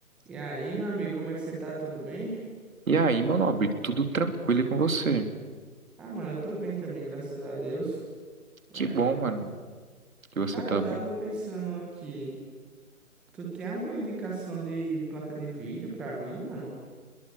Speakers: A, in the centre; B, on the right (about 65°).
A: E aí, meu amigo, como é que você tá? Tudo bem?
B: E aí, meu nobre, tudo tranquilo com você?
A: Ah, mano, eu tô bem também, graças a Deus. É,
B: Que bom, mano, que você
A: Cara,
B: tá
A: eu tava
B: bem.
A: pensando aqui, tu tem alguma indicação de placa de vídeo pra mim, mano?